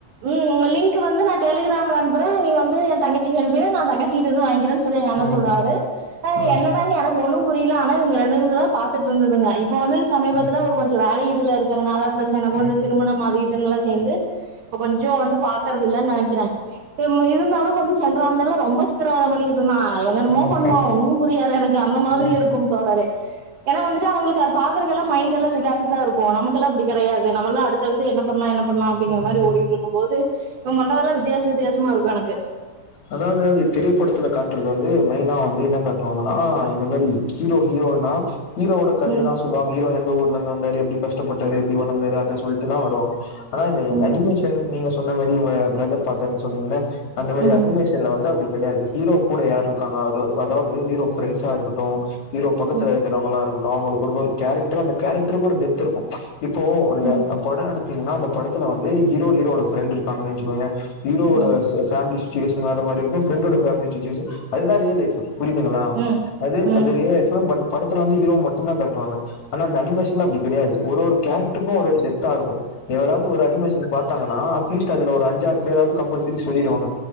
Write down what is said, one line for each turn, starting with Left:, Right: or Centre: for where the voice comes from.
Right: ம் உங்க லிங்க்கு வந்து நா டெலிகிராம்ல அனுப்பற நீ வந்து ஏ தங்கச்சிக்கு அனுப்பிறு நா தங்கச்சிட்டு இருந்து வாங்கிறே சொல்லிரு எங்க அண்ண
Left: ம்
Right: சொல்றாரு
Left: ம்
Right: என்னடான்னு எனக்கு ஒண்ணு புரியுல ஆனா இங்க ரெண்டு பாத்துட்டு இருந்ததுங்க இப்ப வந்து சமீபத்துல
Left: ம்
Right: ஒரு கொஞ்சோ வேல இதுல இருக் இத்தன நாளா இர்ந்த சேனவோ
Left: ம்
Right: இந்த திருமணமாகி இத்தன நாளா சேந்து இப்ப கொஞ்சோ வந்து பாக்குறது இல்லன்னு நெனைக்கிறே இருந்தாலு இப்போ வந்து சென்ற ஆண்டுல்லா ரொம்ப சித்திரவாத பண்ணிக்கிட்டு இருந்தா என்ன என்னமோ
Left: ம்
Right: பண்ணுவா ஒன்னு புரியாது எனக்கு அந்த மாதிரி
Left: ம்
Right: இருக்கும் தோழரே ஏன்னா வந்துட்டு அவுங்குளுக்கு அது பாக்குறதுக்கெல்லா மைண்டெல்லா ரிலாக்ஸ்ஸா இருக்கோ நமக்கெல்லா அப்படி கெடையாது நம்மல்லா அடுத் தடுத்து என்ன பண்லா என்ன பண்லா அப்டீங்கிற
Left: ம்
Right: மாரி
Left: ம்
Right: ஓடிட்ருக்கும் போது இவ பண்றதெல்லா வித்தியாச வித்தியாசமா இருக்கோ எனக்கு
Left: அதாவது அந்த திரைப்படத்துல காட்டுறது வந்து மெயினா வந்து என்ன காட்டுவாங்கன்னா இந்த மாரி ஹீரோ ஹீரோனா ஹீரோவோட கதையதா
Right: ம்
Left: சொல்வாங்க ஹீரோ எந்த ஊர்லந்து வந்தாரு எப்டி கஷ்டப்பட்டாரு எப்டி வளந்தாரு அத சொல்ட்டுதா வருவாங்க ஆனா இந்த
Right: ம்
Left: அனிமேஷன் நீங்க சொன்ன மாரி உங்க பிரதர் பாத்தாருன்னு சொன்னீங்கல்ல அந்த மாரி
Right: ம்
Left: அனி மேஷன்ல வந்து அப்டி கெடையாது ஹீரோ கூட யாரு இருக்காங்க அதா அதாவது ஹீரோ பிரெண்ட்ஸா இருக்கட்டோ ஹீரோ பக்கத்துல
Right: ம்
Left: இருக்குறவங்களா இருக்கட்டோ அவுங்குளுக்கு ஒரு ஒரு கேரக்டர் அந்த கேரக்டருக்கு ஒரு டெப்த்து இருக்கோ இப்போ ஒரு
Right: ம்
Left: படோ எடுத்தீங்கன்னா அந்த படத்துல வந்து ஹீரோ ஹீரோட ஃப்ரெண்டு இருக்காங்கன்னு வெச்சிக்கோய ஹீரோவோட
Right: ம்
Left: ஃபேமிலி சுச்சுவேஷன் வேற மாதிரி இருக்கோ ஃப்ரண்டோட சுச்சுவேஷன் வேற மாரி அதுதா ரியல் லைஃபு புரியுதுங்களா
Right: ம்
Left: அது
Right: ம் ம்
Left: அது ரியல் லைஃபு பட்டு படத்துல வந்து ஹீரோ மட்டுந்தா காட்டுவாங்க ஆனா அந்த அனிமேஷன்லா அப்டி கெடையாது ஒரு கேரக்டருக்கோ ஒரு ஒருடெப்தா இருக்கோ யாராவது ஒரு அனிமேஷன் பாத்தாங்கன்னா அட்லீஸ்ட் அதுல ஒரு அஞ்சாறு பேராாவது கம்பல்சரி சொல்லிடுவாங்க